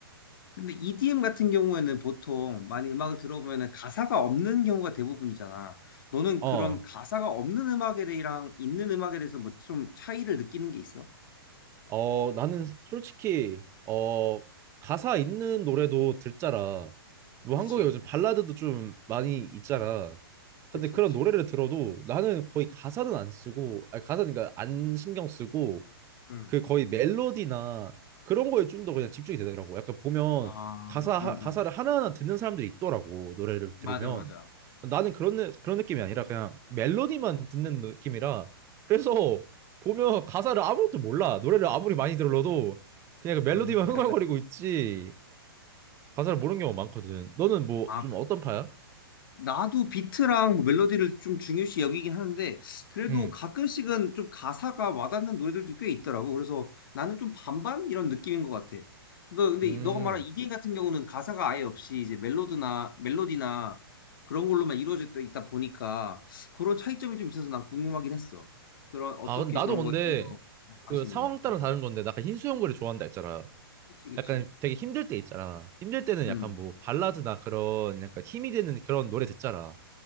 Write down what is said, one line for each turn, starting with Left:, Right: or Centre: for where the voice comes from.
Left: 근데 EDM 같은 경우에는 보통 많이 음악을 들어보면은 가사가 없는 경우가 대부분이잖아. 너는
Right: 어.
Left: 그런 가사가 없는 음악에 대해랑 있는 음악에 대해서 뭐 좀 차이를 느끼는 게 있어?
Right: 어, 나는 솔직히, 어, 가사 있는 노래도 듣잖아. 뭐
Left: 그치,
Right: 한국에 요즘 발라드도 좀 많이 있잖아.
Left: 그치,
Right: 근데 그런
Left: 그치.
Right: 노래를 들어도 나는 거의 가사는 안 쓰고, 아니, 가사는 그러니까 안 신경 쓰고,
Left: 응.
Right: 그 거의 멜로디나 그런 거에 좀 더 그냥 집중이 되더라고. 약간 보면
Left: 아,
Right: 가사 하-
Left: 응,
Right: 가사를
Left: 응.
Right: 하나하나 듣는 사람들이 있더라고. 노래를
Left: 맞아,
Right: 들으면
Left: 맞아.
Right: 나는 그런 느- 그런 느낌이 아니라 그냥 멜로디만 듣는 느낌이라 그래서 보면 가사를 아무것도 몰라. 노래를 아무리 많이 들어도 그냥
Left: 음,
Right: 그 멜로디만
Left: 그래?
Right: <laughs> 흥얼거리고 있지. 가사를 모르는 경우가 많거든. 너는 뭐
Left: 아,
Right: 좀 어떤 파야?
Left: 나도 비트랑 뭐 멜로디를 좀 중요시 여기긴 하는데 그래도
Right: 음.
Left: 가끔씩은 좀 가사가 와닿는 노래들도 꽤 있더라고. 그래서 나는 좀 반반 이런 느낌인 것 같아. 그래서 근데
Right: 음.
Left: 너가 말한 EDM 같은 경우는 가사가 아예 없이 이제 멜로드나 멜로디나 그런 걸로만 이루어져 있다 보니까 그런 차이점이 좀 있어서 난 궁금하긴 했어. 그런 어떻게
Right: 아, 근데 나도
Left: 그런
Right: 근데
Left: 거에 좀 더
Right: 그
Left: 관심
Right: 상황
Left: 있나?
Right: 따라
Left: 응.
Right: 다른 건데 나 아까 흰수염고래 좋아한다 했잖아.
Left: 그치 그치.
Right: 약간 되게 힘들 때 있잖아. 힘들 때는
Left: 응.
Right: 약간 뭐 발라드나 그런 약간 힘이 되는 그런 노래 듣잖아.